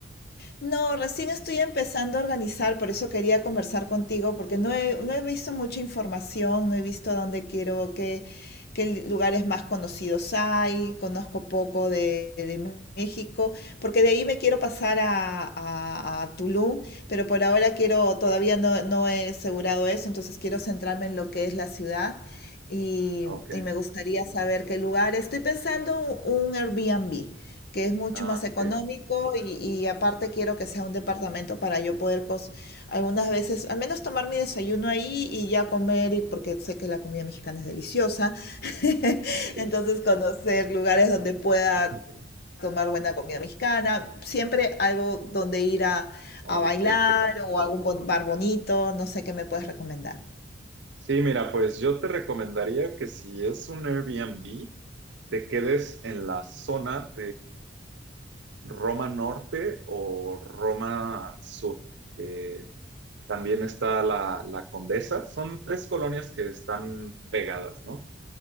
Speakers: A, on the left (about 55°); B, on the right (about 65°).
A: No, recién estoy empezando a organizar, por eso quería conversar contigo, porque no he, no he visto mucha información, no he visto dónde quiero, qué, qué lugares más conocidos hay, conozco poco de, de México, porque de ahí me quiero pasar a, a- a Tulum, pero por ahora quiero, todavía no, no he asegurado eso, entonces quiero centrarme en lo que es la ciudad y,
B: Ah, Ok,
A: y me gustaría saber qué lugar. Estoy pensando un Airbnb que es mucho
B: ah,
A: más
B: ok.
A: económico y, y aparte quiero que sea un departamento para yo poder cos- algunas veces, al menos tomar mi desayuno ahí y ya comer, y porque sé que la comida mexicana es deliciosa, <laughs>
B: Ah, ok.
A: entonces conocer lugares donde pueda
B: Ah,
A: tomar buena comida mexicana, siempre algo donde ir a,
B: Ok,
A: a bailar
B: ok.
A: o algún bo- bar bonito, no sé qué me puedes recomendar.
B: Sí, mira, pues yo te recomendaría que si es un Airbnb, te quedes en la zona Roma Norte o Roma Sur. Eh, también está la, la Condesa. Son tres colonias que están pegadas, ¿no?